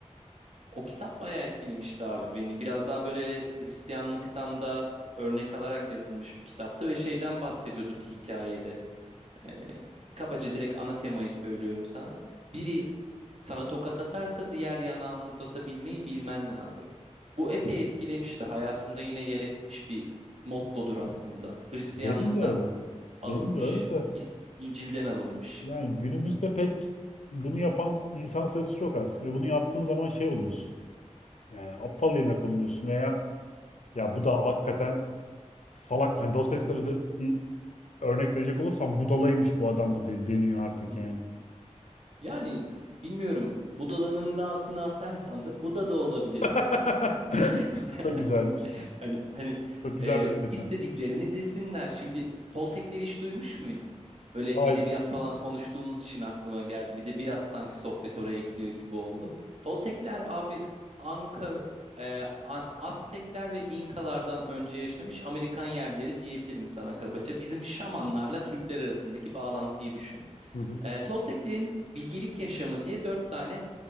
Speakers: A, on the right; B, on the left.
A: O kitap bayağı etkilemişti abi beni. Biraz daha böyle Hristiyanlıktan da örnek alarak yazılmış bir kitaptı ve şeyden bahsediyordu bir hikayede. Ee, kabaca direkt ana temayı söylüyorum sana. Biri sana tokat atarsa diğer yanağını uzatabilmeyi bilmen lazım. Bu epey etkilemişti. Hayatımda yine yer etmiş bir mottodur aslında. Hristiyanlıktan
B: Benim de öyle.
A: alınmış.
B: Benim de öyle de.
A: İs- İncil'den alınmış.
B: Yani günümüzde pek bunu yapan insan sayısı çok az. Ve bunu yaptığın zaman şey oluyorsun. Yani aptal yerine konuluyorsun veya ya bu da hakikaten salak hani Dostoyevski'de de i- örnek verecek olursam budalaymış bu adam
A: Hı
B: da den- deniyor artık
A: hı.
B: yani.
A: Yani bilmiyorum. Budala'nın la'sını atarsan da Buda da olabilirim.
B: <laughs>
A: <laughs>
B: Çok güzelmiş.
A: Hani hani
B: Çok güzel
A: e,
B: benzetme.
A: istediklerini desinler. Şimdi Toltekleri hiç duymuş muydun? Böyle
B: Hayır.
A: edebiyat falan konuştuğumuz için aklıma geldi. Bir de biraz sanki sohbet oraya gidiyor gibi oldu. Toltekler abi Anka, e, A- Aztekler ve İnkalardan önce yaşamış Amerikan yerleri diyebilirim sana kabaca. Bizim şamanlarla Türkler arasındaki bağlantıyı düşün.
B: Hı hı.
A: E, Tolteklerin bilgelik yaşamı diye dört tane